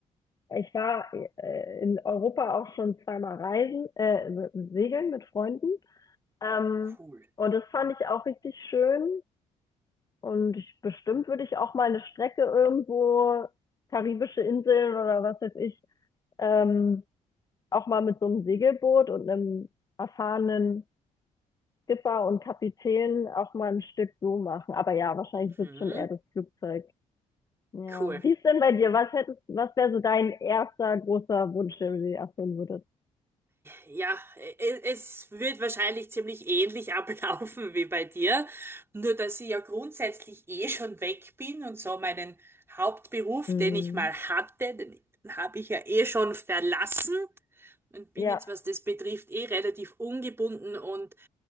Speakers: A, on the left; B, on the right.
A: Ich war äh, in Europa auch schon zweimal reisen, äh, segeln mit Freunden. Ähm,
B: cool.
A: und das fand ich auch richtig schön. Und ich, bestimmt würde ich auch mal eine Strecke irgendwo, karibische Inseln oder was weiß ich, ähm, auch mal mit so einem Segelboot und einem erfahrenen Skipper und Kapitän auch mal ein Stück so machen. Aber ja, wahrscheinlich
B: Mhm,
A: wird es schon eher das Flugzeug. Ja.
B: cool,
A: Wie ist denn bei dir? Was hättest, was wäre so dein erster großer Wunsch, den du dir erfüllen würdest?
B: Ja, e- es wird wahrscheinlich ziemlich ähnlich <laughs> ablaufen wie bei dir, nur dass ich ja grundsätzlich eh schon weg bin und so meinen Hauptberuf,
A: Mhm.
B: den ich mal hatte, den habe ich ja eh schon verlassen und bin
A: Ja,
B: jetzt, was das betrifft, eh relativ ungebunden und